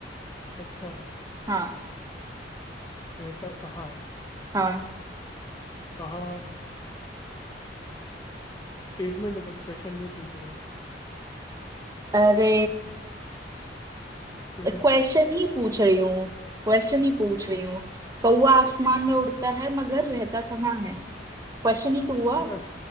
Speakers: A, on the left (about 20°); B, on the right (about 20°).
A: अच्छा
B: हाँ
A: रहता कहाँ है
B: हाँ
A: कहा स्टेटमेंट है तुम क्वेश्चन नहीं पूछ रहे हो
B: अरे
A: ठीक है
B: क्वेश्चन ही पूछ रही हूँ क्वेश्चन ही पूछ
A: तो
B: रही
A: इस
B: हूँ कौवा आसमान में उड़ता है मगर रहता कहाँ है क्वेश्चन ही तो हुआ
A: मगर